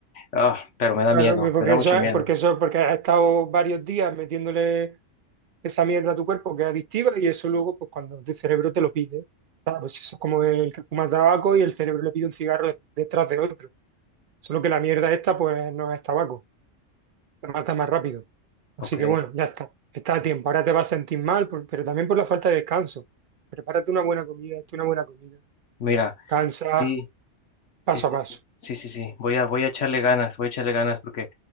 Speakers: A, on the left; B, on the right.
A: Ah, pero me da
B: Claro,
A: miedo,
B: porque
A: me da
B: eso
A: mucho
B: es-
A: miedo.
B: porque eso, porque has estado varios días metiéndole esa mierda a tu cuerpo que es adictiva y eso luego, pues cuando tu cerebro te lo pide, claro, pues eso es como el que fuma tabaco y el cerebro le pide un cigarro de- detrás de otro. Solo que la mierda esta, pues no es tabaco, te mata más rápido. Así
A: Ok,
B: que bueno, ya está, está a tiempo. Ahora te vas a sentir mal, por- pero también por la falta de descanso. Prepárate una buena comida, hazte una buena comida.
A: mira,
B: Cansa
A: sí, sí,
B: paso
A: sí,
B: a paso.
A: sí. Sí, sí, sí, voy a, voy a echarle ganas, voy a echarle ganas porque,